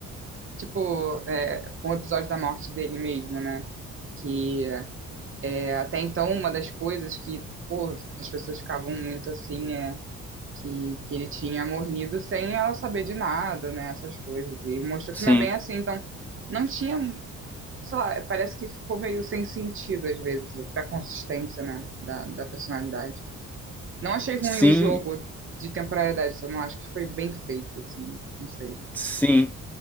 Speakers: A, on the right; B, in the centre.
A: tipo, é, com o episódio da morte dele mesmo, né? Que é, até então uma das coisas que, pô, as pessoas ficavam muito assim, é que, que ele tinha morrido sem ela saber de nada, né? Essas coisas. E mostrou
B: sim.
A: que não é bem assim, então não tinha sei lá, é, parece que ficou meio sem sentido às vezes, pra consistência, né, da, da personalidade. Não achei ruim
B: Sim,
A: o jogo de temporalidade, só não acho que foi bem feito, assim, não sei.
B: sim.